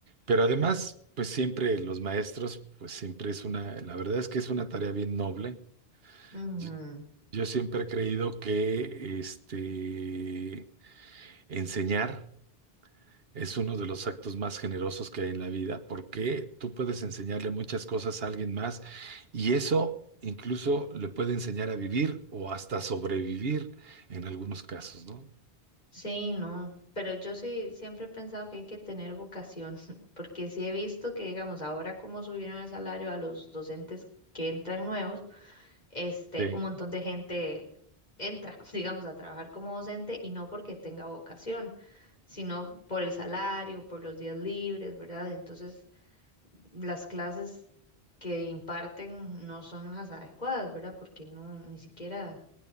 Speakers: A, on the right; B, on the left.
A: pero además, pues siempre los maestros, pues siempre es una, la verdad es que es una tarea bien noble.
B: Ujú,
A: Yo, yo siempre he creído que este, enseñar es uno de los actos más generosos que hay en la vida, porque tú puedes enseñarle muchas cosas a alguien más y eso incluso le puede enseñar a vivir o hasta sobrevivir en algunos casos, ¿no?
B: Sí, no, pero yo sí siempre he pensado que hay que tener vocación, <laughs> porque sí he visto que, digamos, ahora como subieron el salario a los docentes que entran nuevos, este,
A: Sí,
B: un montón de gente entra, <laughs> digamos, a trabajar como docente y no porque tenga vocación, sino por el salario, por los días libres, ¿verdad? Entonces, las clases que imparten no son las adecuadas, ¿verdad? Porque no, ni siquiera,